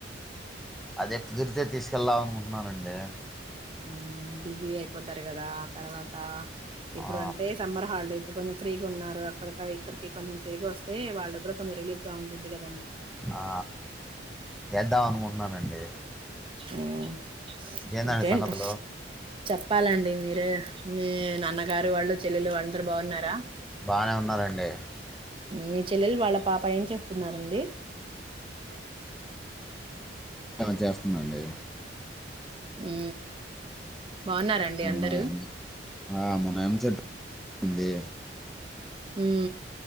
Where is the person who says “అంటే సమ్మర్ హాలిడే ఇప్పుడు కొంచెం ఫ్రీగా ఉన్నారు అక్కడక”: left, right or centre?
Right